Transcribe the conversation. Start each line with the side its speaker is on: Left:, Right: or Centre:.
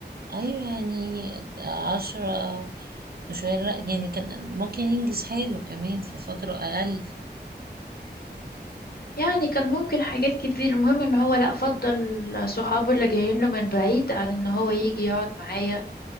Right: ايوه يعني عشرة وشوية لا يعني كان ممكن ينجز حاله كمان في فترة أقل
Left: يعني كان ممكن حاجات كتير المهم ان هو لا فضل صحابه اللي جايين له من بعيد عن ان هو يجي يقعد معايا